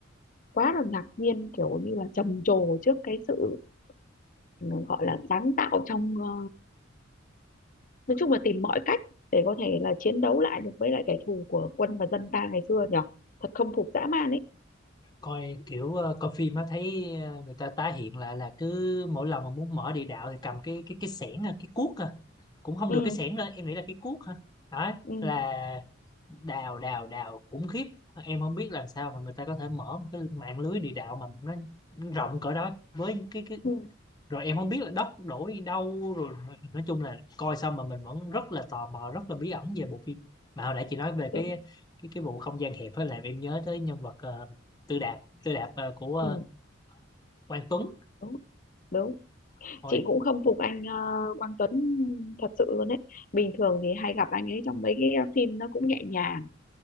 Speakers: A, on the left; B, on the left.
A: quá là ngạc nhiên kiểu như là trầm trồ trước cái sự ừ, gọi là sáng tạo trong ờ, nói chung là tìm mọi cách để có thể là chiến đấu lại được với lại kẻ thù của quân và dân ta ngày xưa nhỉ thật không phục dã man ấy
B: coi kiểu ờ, coi phim á thấy ờ, người ta tái hiện lại là cứ mỗi lần mà muốn mở địa đạo thì cầm cái cái cái xẻng à, cái cuốc à cũng không
A: ừ
B: được cái xẻng lên em nghĩ là cái cuốc hả đó
A: ừ
B: là đào đào đào khủng khiếp em không biết làm sao mà người ta có thể mở một cái mạng lưới địa đạo mà nó rộng cỡ đó với cái cái
A: ừ
B: rồi em không biết là đất đổ đi đâu rồi nói chung là coi xong mà mình vẫn rất là tò mò rất là bí ẩn về bộ phim mà hồi nãy chị nói về
A: đúng
B: cái cái cái vụ không gian hẹp với lại em nhớ tới nhân vật ờ, Tư Đạp Tư Đạp ờ, của ờ,
A: ừ
B: Quang Tuấn
A: đúng đúng
B: Ôi
A: chị cũng không phục anh ờ, Quang Tuấn thật sự luôn đấy bình thường thì hay gặp anh ấy trong mấy cái phim nó cũng nhẹ nhàng